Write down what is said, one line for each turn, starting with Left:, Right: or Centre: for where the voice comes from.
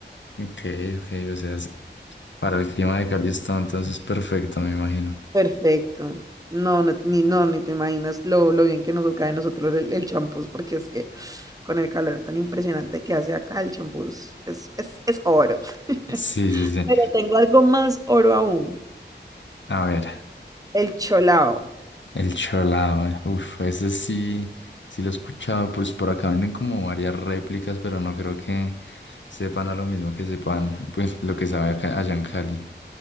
Left: Ok, ok, o sea, es- para el clima de Cali está entonces perfecto, me imagino.
Right: Perfecto. No, no, ni, no, ni te imaginas lo, lo bien que nos cae a nosotros el, el champús, porque es que con el calor tan impresionante que hace acá, el champús es, es, es oro. <laughs>
Left: Sí, sí, sí.
Right: Pero tengo algo más oro aún.
Left: A ver.
Right: el cholao.
Left: El cholao, uff, ese sí, sí lo he escuchado, pues por acá venden como varias réplicas, pero no creo que sepan a lo mismo que sepan, pues lo que sabe acá- allá en Cali.